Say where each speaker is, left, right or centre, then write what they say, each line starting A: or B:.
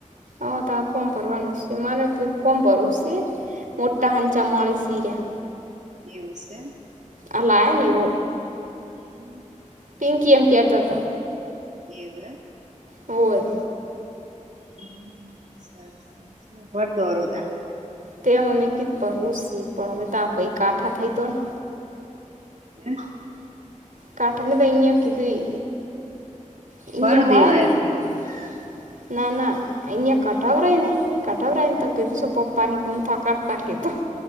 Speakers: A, on the right; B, on the right.
A: હા તમે ફોમ ભરવાના છે, મારે ફોમ ભરવું છે મોટા હાંચા મળે સીર્યા
B: એવું છે.
A: અલા નવ
B: હમ
A: પિંકી એમ કેતા તો
B: એવ
A: હોય.
B: હમ, સર સર વડદ વરદા
A: તે મમી કી ભરવું સી પણ હવે ત્યા પૈ કાઠા થઈ તો ને
B: એ.
A: કાઠામાં તોઈં આ કીધઈ. અહીંયા
B: ભર
A: મળે
B: દેવાય
A: ને
B: અરુદો
A: ના ના અહીંયા કઠાવ રહી ને. કટવરા એન કીધું સો પપ ની કોમ થ કરતા કીધું.